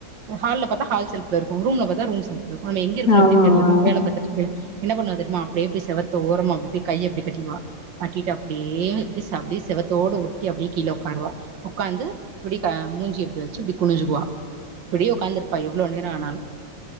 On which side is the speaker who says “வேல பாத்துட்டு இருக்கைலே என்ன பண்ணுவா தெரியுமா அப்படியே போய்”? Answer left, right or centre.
Right